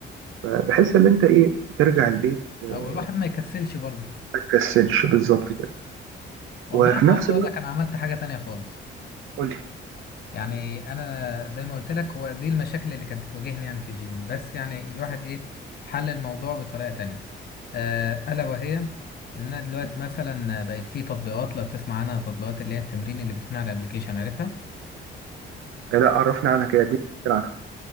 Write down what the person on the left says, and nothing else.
او الواحد ما يكسلش برضه
والله
انا
عاوز اقول
لك انا عملت حاجه تانية خالص
يعني انا زي ما قلت لك هو دي المشاكل اللي كانت بتواجهني يعني في الجيم بس يعني الواحد ايه حل الموضوع بطريقة تانية آه، الا وهي ان انا دلوقتي مثلا بقت في تطبيقات لو تسمع عنها تطبيقات اللي هي التمرين اللي بتكون على الابليكيشن عارفها